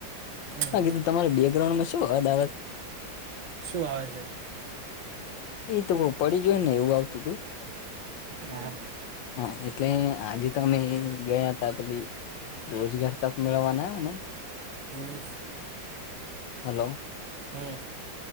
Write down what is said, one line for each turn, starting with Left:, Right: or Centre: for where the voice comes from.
Right: હમ
Left: હા કીધું તમારે બેકગ્રાઉન્ડ માં શું અવાજ આવે.
Right: શું આવે છે.
Left: એ તો બઉ પડી જોય ને એવું આવતું હતું.
Right: ના
Left: હા એટલે આજે તો અમે ગયા હતા પેલી રોજગાર તક મેળવવાના હ અને
Right: હમ
Left: હલો
Right: હમ